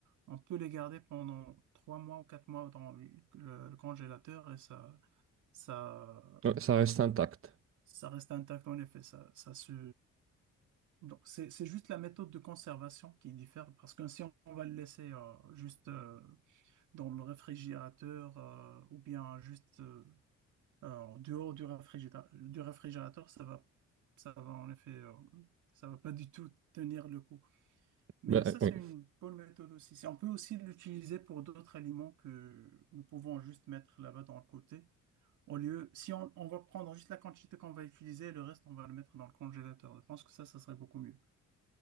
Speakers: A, on the right (about 75°); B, on the right (about 45°).
A: On peut les garder pendant trois mois ou quatre mois dans le, le- le congélateur et ça, ça,
B: Ouais, Ça reste intact.
A: ça reste intact en effet. Ça, ça se... Donc c'est c'est juste la méthode de conservation qui diffère parce que si on, on va le laisser euh, juste euh, dans le réfrigérateur euh, ou bien juste euh, euh, en dehors du réfrigérateur, du réfrigérateur, ça va, ça va en effet, euh, ça va pas du tout tenir le coup. Mais
B: Ben,
A: ça,
B: euh,
A: c'est
B: oui,
A: une bonne méthode aussi. C'est- On peut aussi l'utiliser pour d'autres aliments que nous pouvons juste mettre là-bas dans le côté au lieu, si on, on va prendre juste la quantité qu'on va utiliser, le reste, on va le mettre dans le congélateur. Je pense que ça, ça serait beaucoup mieux.